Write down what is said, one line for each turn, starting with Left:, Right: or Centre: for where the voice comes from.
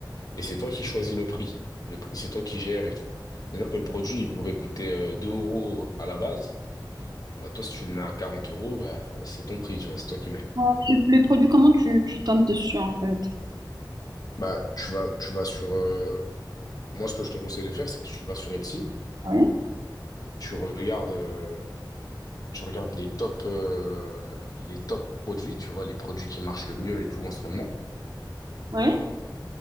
Left: Et c'est toi qui choisis le prix. Le prix, c'est toi qui gères et tout. C'est-à-dire que le produit, il pouvait coûter euh, 2 euros à la base. Bah, toi, si tu le mets à 40 euros, bah, c'est ton prix, tu vois, c'est toi qui mets.
Right: Ouais, Le, le produit, comment tu, tu tombes dessus en fait?
Left: Bah, tu vas, tu vas sur. euh, Moi, ce que je te conseille de faire, c'est que tu vas sur Etsy,
Right: Ouais.
Left: tu regardes, euh, tu regardes les top, euh, les top produits, tu vois, les produits qui marchent le mieux et tout en ce moment.
Right: Ouais.